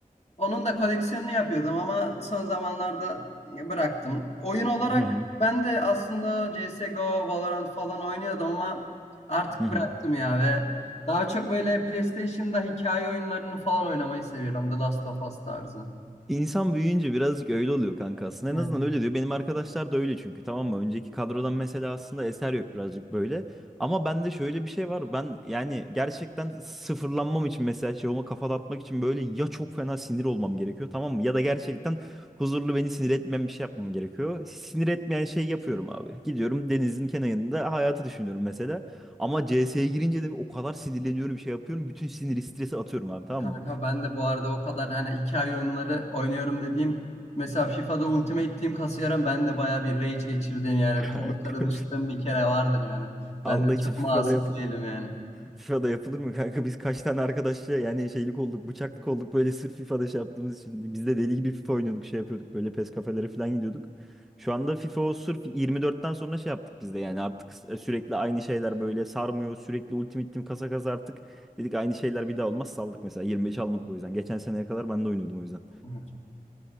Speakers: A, on the left (about 45°); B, in the centre.
A: Onun da koleksiyonunu yapıyordum ama son zamanlarda bıraktım. Oyun olarak
B: Hı hı.
A: ben de aslında CSGO, Valorant falan oynuyordum ama artık
B: Hı
A: bıraktım
B: hı.
A: ya ve daha çok böyle PlayStation'da hikaye oyunlarını falan oynamayı seviyorum. The Last of Us tarzı.
B: İnsan büyüyünce birazcık öyle oluyor kanka aslında.
A: Evet.
B: En azından öyle diyor. Benim arkadaşlar da öyle çünkü tamam mı? Önceki kadrodan mesela aslında eser yok birazcık böyle. Ama bende şöyle bir şey var. Ben yani gerçekten sıfırlanmam için mesela şey olma kafa dağıtmak için böyle ya çok fena sinir olmam gerekiyor tamam mı? Ya da gerçekten huzurlu beni sinir etmeyen bir şey yapmam gerekiyor. Sinir etmeyen şey yapıyorum abi. Gidiyorum denizin kenarında hayatı düşünüyorum mesela. Ama CS'ye girince de o kadar sinirleniyorum şey yapıyorum. Bütün sinir stresi atıyorum abi tamam
A: Kanka
B: mı?
A: ben de bu arada o kadar hani hikaye oyunları oynuyorum dediğim mesela FIFA'da Ultimate Team kasıyorum ben de bayağı bir rage geçirdiğim yani
B: <laughs> Kanka.
A: kola karınıştığım bir kere vardır yani. Ben
B: Allah
A: de
B: için
A: çok
B: FIFA'da
A: masum
B: yapılır
A: değilim
B: mı?
A: yani.
B: FIFA'da yapılır mı kanka? Biz kaç tane arkadaşla yani şeylik olduk, bıçaklık olduk böyle sırf FIFA'da şey yaptığımız için. Biz de deli gibi FIFA oynuyorduk, şey yapıyorduk böyle PES kafelere falan gidiyorduk. Şu anda FIFA o sırf 24'ten sonra şey yaptık biz de yani artık s- e, sürekli aynı şeyler böyle sarmıyor. Sürekli Ultimate Team kasa kasa artık dedik aynı şeyler bir daha olmaz saldık mesela 25 almadık o yüzden. Geçen seneye kadar ben de oynuyordum o yüzden.
A: Evet, çok.